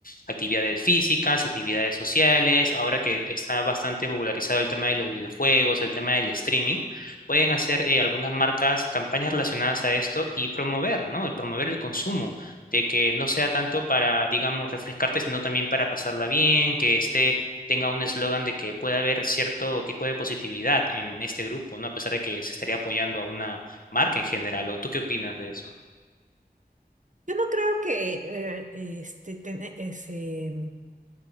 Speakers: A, on the left; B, on the right.
A: actividades físicas, actividades sociales, ahora que está bastante popularizado el tema de los videojuegos, el tema del streaming, pueden hacer eh, algunas marcas campañas relacionadas a esto y promover, ¿no? El promover el consumo, de que no sea tanto para, digamos, refrescarte, sino también para pasarla bien, que este tenga un eslogan de que pueda haber cierto tipo de positividad en este grupo, ¿no? A pesar de que se estaría apoyando a una marca en general. ¿O tú qué opinas de eso?
B: Yo no creo que eh, este, ten- ese, mm,